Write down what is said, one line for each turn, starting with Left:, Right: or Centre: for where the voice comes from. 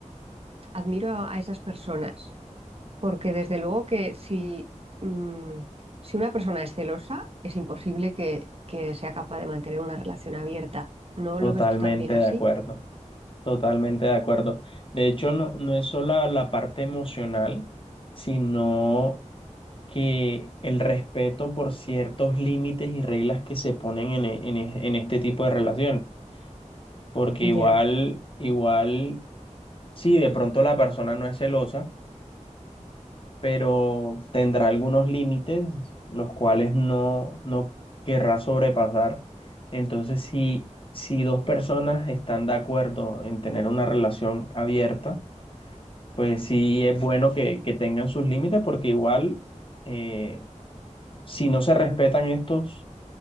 Right: admiro a a esas personas porque desde luego que si, mm, si una persona es celosa, es imposible que, que sea capaz de mantener una relación abierta. ¿No
Left: totalmente
Right: lo ves tú también así?
Left: de acuerdo, totalmente de acuerdo. De hecho, no, no es solo la, la parte emocional, sino que el respeto por ciertos límites y reglas que se ponen en, e- en e- en este tipo de relaciones. Porque igual,
Right: Ya.
Left: igual, sí de pronto la persona no es celosa, pero tendrá algunos límites los cuales no, no querrá sobrepasar. Entonces, si, si dos personas están de acuerdo en tener una relación abierta, pues sí es bueno que, que tengan sus límites porque igual eh, si no se respetan estos